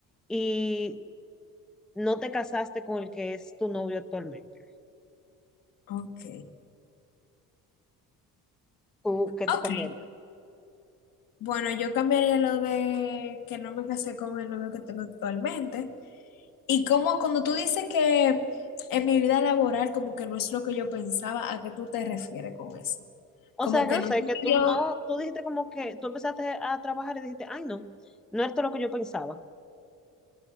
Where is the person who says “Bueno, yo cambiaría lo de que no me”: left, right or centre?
Left